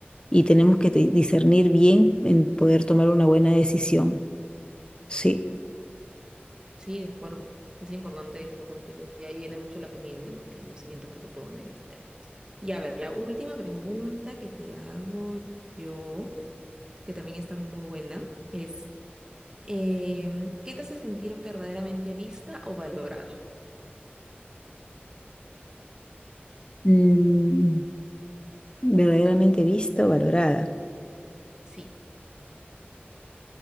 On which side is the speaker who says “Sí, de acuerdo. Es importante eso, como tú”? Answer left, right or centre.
Right